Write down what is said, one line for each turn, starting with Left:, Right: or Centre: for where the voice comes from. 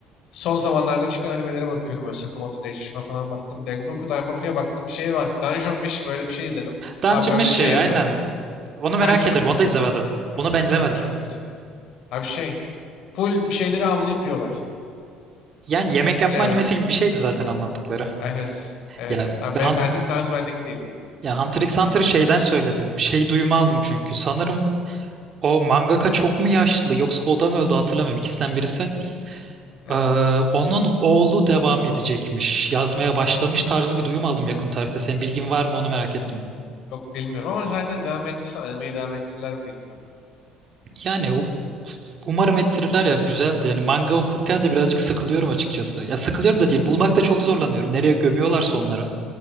Left: Son zamanlarda çıkan animelere bakıyorum. Osaka Moto Days şuna falan baktım. Dengoku Daimoku'ya baktım. Şeye bak. Dungeon Meshi öyle bir şey izledim.
Right: Dungeon
Left: Abi böyle
Right: Meshi
Left: şey
Right: aynen.
Left: yapıyorlar.
Right: Onu merak
Left: Bence çok
Right: ediyorum.
Left: kötü.
Right: Onu da izlemedim. Onu ben izlemedim.
Left: Ee, yok çok kötü yani. Abi şey, full bir şeyleri avlayıp yiyorlar.
Right: Yani yemek yapma
Left: Yani
Right: animesi gibi bir şeydi zaten anlattıkları.
Left: evet, evet.
Right: Ya,
Left: Abi
Right: ve
Left: ben-
Right: Hun-
Left: benlik tarz benlik değil ya.
Right: ya Hunter x Hunter'ı şeyden söyledim. Şey duyumu aldım çünkü. Sanırım o mangaka çok mu yaşlı yoksa o da mı öldü hatırlamıyorum. İkisinden birisi.
Left: Evet.
Right: Ee, onun oğlu devam edecekmiş. Yazmaya başlamış tarzı bir duyum aldım yakın tarihte. Senin bilgin var mı onu merak ettim.
Left: Yok bilmiyorum ama zaten devam ettiyse animeyi devam ettiler mi bilmiyorum.
Right: Yani u- umarım ettirirler ya güzeldi. Yani manga okurken de birazcık sıkılıyorum açıkçası. Ya sıkılıyorum da değil. Bulmakta çok zorlanıyorum. Nereye gömüyorlarsa onları.